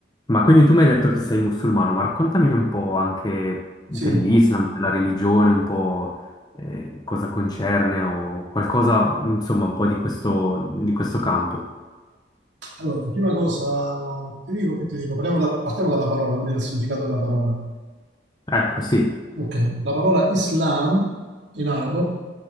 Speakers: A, on the left; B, on the right.
A: Ma quindi tu mi hai detto che sei musulmano, ma raccontami un po' anche dell'Islam,
B: Sì,
A: della religione, un po' eh, cosa concerne o qualcosa, insomma, un po' di questo, di questo campo.
B: allora, la prima cosa, ti dico che ti dico, parliamo dal- partiamo dalla parola, quindi dal significato della parola.
A: Ecco, sì.
B: Ok, la parola Islam in arabo